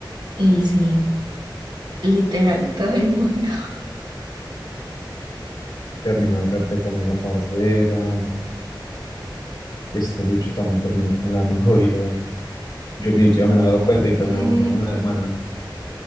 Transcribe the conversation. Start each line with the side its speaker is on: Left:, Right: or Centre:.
Right: Y sí, literal, todo el mundo.
Left: Terminó el repre con esa parcera, este Lucho también terminó con la <laughs> novia, yo ni siquiera
Right: <laughs>
Left: me había dado cuenta y terminaron
Right: quiere-
Left: como de una semana.